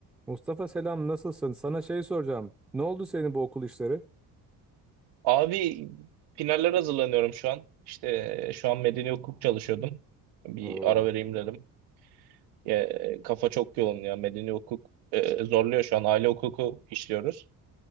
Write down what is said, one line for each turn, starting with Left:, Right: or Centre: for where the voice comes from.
Centre: Mustafa selam nasılsın? Sana şey soracağım. Ne oldu senin bu okul işleri?
Right: Abi finaller hazırlanıyorum şu an. İşte e, şu an medeni hukuk çalışıyordum. Bir
Centre: Oo,
Right: ara vereyim dedim. E, kafa çok yoğun ya. Medeni hukuk e, zorluyor şu an. Aile hukuku işliyoruz.